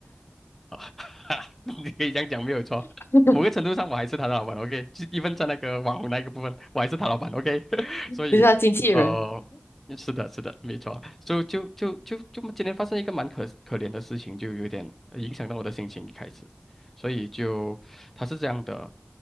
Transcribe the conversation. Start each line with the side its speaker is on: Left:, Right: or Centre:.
Centre: <laughs> 你可以这样讲没有错。
Left: <laughs>
Centre: 某个程度上，我还是他的老板，OK，就一分在那个网红那个部分，我还是他老板，OK。<laughs> 所以，
Left: 你是他经纪人。
Centre: 呃，是的，是的，没错。所以就就就就今天发生一个蛮可可怜的事情，就有点呃影响到我的心情一开始。所以就他是这样的，